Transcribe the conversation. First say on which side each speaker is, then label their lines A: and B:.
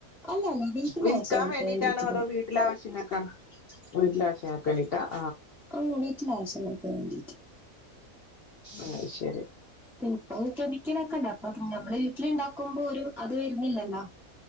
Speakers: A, in the centre; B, on the left.
A: അല്ല അല്ല വീട്ടിലെ
B: വിൽക്കാൻ
A: ആവശ്യങ്ങൾക്ക്
B: വേണ്ടിട്ടാണോ
A: വേണ്ടിയിട്ട്
B: അതോ വീട്ടിലാവശ്യങ്ങൾക്കണോന്നോ വീട്ടില ആാവശ്യം ചക്കണിട്ട <unintelligible>
A: അ വീട്ടിലാവശ്യങ്ങൾക്ക് വേണ്ടീട്ട്
B: അ ശരി
A: പിന്ന ഇപ്പൊ കെമിക്കലൊക്കെ െല്ല അപ്പൊ നമ്മെ വീട്ടില ഉണ്ടാക്കുമ്പോ ഒരു അത് വരുന്നില്ലല്ലോ